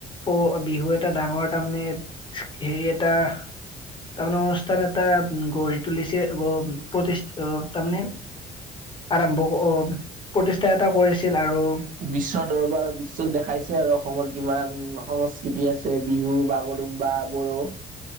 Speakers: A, on the left; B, on the right.
A: প, বিহু এটা ডাঙৰ এটা মানে, হেৰি এটা তাৰমানে অনুষ্ঠান এটা, উম গঢ়ি তুলিছে বা প্ৰতিষ্ঠ অ', তাৰমানে আৰম্ভ অ', প্ৰতিষ্ঠা এটা কৰিছিল আৰু।
B: বিশ্ব দৰবাৰত, বিশ্বক দেখাইছে আৰু অসমৰ কিমান সংস্কৃতি আছে। বিহু, বাগৰুুম্বা বড়ো,